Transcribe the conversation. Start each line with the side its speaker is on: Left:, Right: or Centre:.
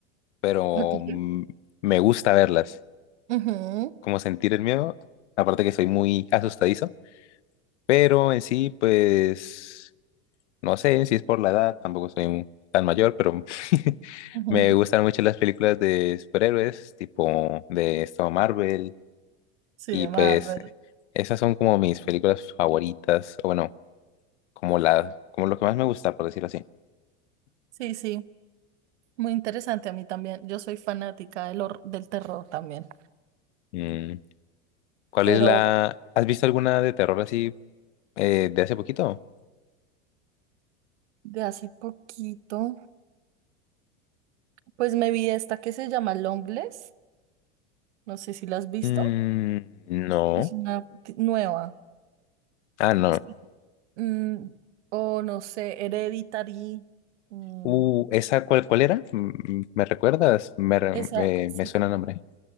Left: pero
Right: ¿A ti?
Left: mm, me gusta verlas,
Right: Ujú,
Left: como sentir el miedo, aparte que soy muy asustadizo, pero en sí, pues, no sé si es por la edad, tampoco soy un- tan mayor, pero <laughs>
Right: ujú.
Left: me gustan mucho las películas de superhéroes, tipo de esto Marvel,
Right: Sí,
Left: y
Right: de
Left: pues
Right: Marvel.
Left: esas son como mis películas favoritas, o bueno, como la, como lo que más me gusta, por decirlo así.
Right: Sí, sí, muy interesante a mí también. Yo soy fanática del, hor- del terror también,
Left: Mm. ¿Cuál
Right: pero
Left: es la... ¿Has visto alguna de terror así eh, de hace poquito?
Right: de hace poquito, pues me vi esta que se llama Longlegs, no sé si la has visto,
Left: Mm, no.
Right: es una t- nueva,
Left: Ah, no.
Right: Sí. Mm, o no sé, Hereditary, mm,
Left: Uh, ¿esa cuál, cuál era? Mm, ¿Me recuerdas? Me, re-
Right: esa,
Left: me,
Right: sí,
Left: me suena el nombre.